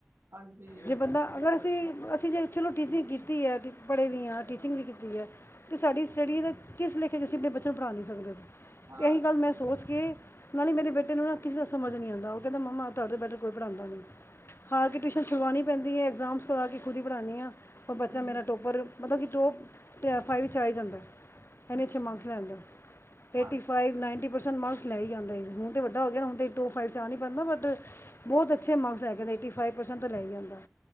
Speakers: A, on the right; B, on the left.
A: ਹਾਂਜੀ
B: ਜੇ ਬੰਦਾ ਅਗਰ ਅਸੀ-ਅਸੀ ਜੇ ਚਲੋ ਟੀਚਿੰਗ ਕੀਤੀ ਐ, ਪੜ੍ਹੇ ਵੀ ਹਾਂ ਟੀਚਿੰਗ ਵੀ ਕੀਤੀ ਐ ਤੇ ਸਾਡੀ ਸਟੱਡੀ ਦਾ ਕਿਸ ਲੇਖੇ ਅਸੀ ਆਪਣੇ ਬੱਚਿਆਂ ਨੂੰ ਪੜ੍ਹਾ ਨਹੀ ਸਕਦੇ ਅਤੇ
A: ਹਾਂ
B: ਇਸੀ ਗੱਲ ਮੈ ਸੋਚ ਕੇ ਨਾਲੇ ਮੇਰੇ ਬੇਟੇ ਨੂੰ ਨਾ ਕਿਸੇ ਦਾ ਸਮਝ ਨਹੀ ਆਉਦਾ ਉਹ ਕਹਿਦਾ ਮੰਮਾ ਤੁਹਾਡੇ ਤੋ ਬੈਟਰ ਕੋਈ ਪੜਾਦਾ ਨਈ। ਹਾਰ ਕੇ ਟਿਊਸ਼ਨ ਛੁਡਵਾਉਣੀ ਪੈਦੀ ਐ ਐਗਜ਼ਾਮਸ ਵਿਚ ਖੁਦ ਹੀ ਪੜ੍ਹਾਂ ਦੀ ਹਾ ਔਰ ਬੱਚਾ
A: ਹਮ
B: ਮੇਰਾ ਟੋਪਰ ਮਤਲਬ ਕੀ ਟੋਪ ਫਾਈ ਵਿੱਚ ਆ ਈ ਜਾਦਾ। ਨਾਲੇ
A: ਅੱਛਾ
B: ਅੱਛੇ ਮਾਸਕ ਵੀ ਲੈਦਾ
A: ਹਾਂ
B: eighty five ninety percent mark ਲੈ ਹੀ ਆਦਾ ਏ, ਹੁਣ ਤਾਂ ਵੱਡਾ ਹੋ ਗਿਆ ਨਾ ਹੁਣ ਟੋਪ ਫਾਈਵ ਚ ਆ ਨਈ ਪਾਦਾ ਬਟ ਬਹੁਤ ਅੱਛੇ ਮਾਕਸ। ਹੈਗੇ ਨੇ ਏਟੀ ਫਾਈਵ ਪਰਸੈਟ ਤੋ ਲੈ ਆਦਾ।